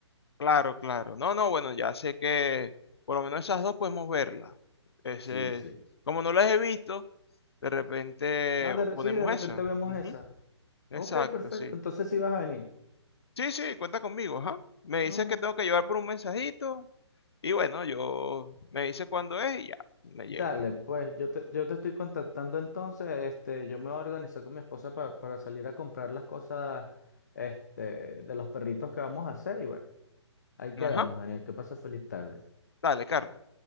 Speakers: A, on the left; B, on the left.
A: claro, claro. No, no, bueno, ya sé que por lo menos esas dos podemos verla. Ese,
B: Sí, sí.
A: como no las he visto, de repente
B: Ah, de re-
A: ponemos
B: sí, de repente
A: esa.
B: vemos
A: Ujú,
B: esa. Ok,
A: Exacto,
B: perfecto.
A: sí.
B: Entonces sí vas a venir.
A: Sí, sí, cuenta conmigo, ajá. Me
B: No,
A: dices que tengo que llevar por un mensajito Y bueno, yo me dice cuándo es y ya, me
B: dale,
A: llego.
B: pues yo te, yo te estoy contactando entonces. Este, yo me voy a organizar con mi esposa pa- para salir a comprar las cosas este, de los perritos que vamos a hacer. Y bueno, ahí quedamos,
A: Ajá.
B: Daniel. Que pases feliz tarde.
A: Dale, Carlos.